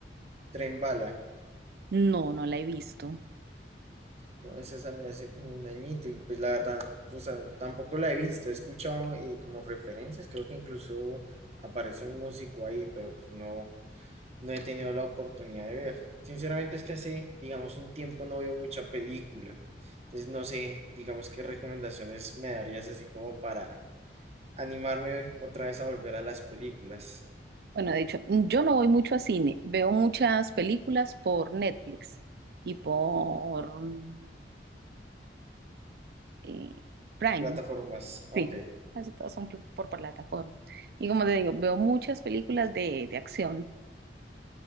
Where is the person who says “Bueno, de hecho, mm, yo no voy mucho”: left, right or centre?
Right